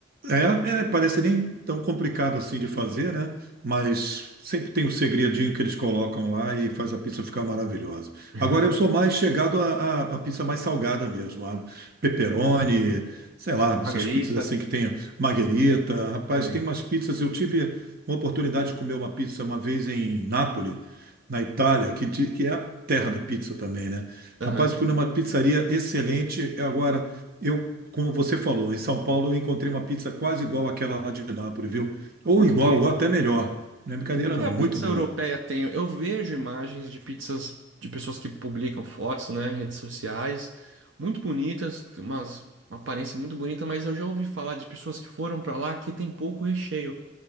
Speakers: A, on the right (about 50°); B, on the right (about 70°).
A: É, é, parece nem tão complicado assim de fazer, né? Mas sempre tem um segredinho que eles colocam lá e faz a pizza ficar maravilhosa.
B: <laughs>
A: Agora eu sou mais chegado à à- à pizza mais salgada mesmo, a pepperoni, sei lá, essas
B: Margarita
A: pizzas assim que tem marguerita. Rapaz,
B: também.
A: tem umas pizzas. Eu tive uma oportunidade de comer uma pizza uma vez em Nápoles, na Itália, que, ti- que é a terra da pizza também, né?
B: Aham.
A: Rapaz, fui numa pizzaria excelente. Agora. Eu como você falou, em São Paulo eu encontrei uma pizza quase igual àquela lá de Nápoles, viu? Ou
B: O
A: igual,
B: que que
A: ou até melhor. Não é brincadeira,
B: O que que
A: não.
B: a
A: Muito
B: pizza
A: boa.
B: europeia tem? Eu vejo imagens de pizzas de pessoas que publicam fotos, né, em redes sociais, muito bonitas, tem umas, uma aparência muito bonita, mas eu já ouvi falar de pessoas que foram para lá que tem pouco recheio,